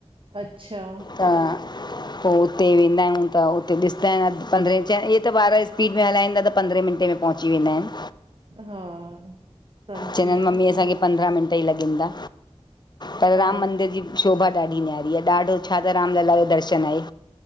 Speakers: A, on the right; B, on the left.
A: अच्छा।
B: त। पोइ उते वेंदा आहियूं त उते ॾिसंदा आहिन पंद्रहें च इहे त ॿारह स्पीड में हलाईंदा त पंद्रहें मिंनटे में। पहुची वेंदा आहिन।
A: हा। समझी
B: चवंदा
A: वियमि
B: आहिन मम्मी असांखे पंद्रह मिनट ई लगेंदा पर
A: हा
B: राम मंदिर जी। शोभा ॾाढी नियारी आहे ॾाढो छा त रामलला जो दर्शन आहे।